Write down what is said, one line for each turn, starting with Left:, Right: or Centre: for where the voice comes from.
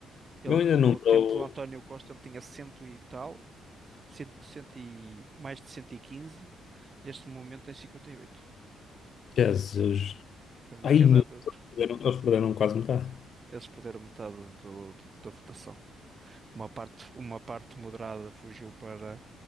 Right: Ele,
Left: Eu ainda
Right: co-
Left: não
Right: no
Left: estou...
Right: tempo do António Costa, ele tinha cento e tal. Cento, cento e, mais de 115, neste momento tem 58.
Left: Jesus...
Right: Foi uma
Left: Ai,
Right: queda
Left: meu
Right: bruta.
Left: Deus, perderam- eles perderam quase metade.
Right: Eles perderam metade do- do- da votação. Uma parte, uma parte moderada fugiu para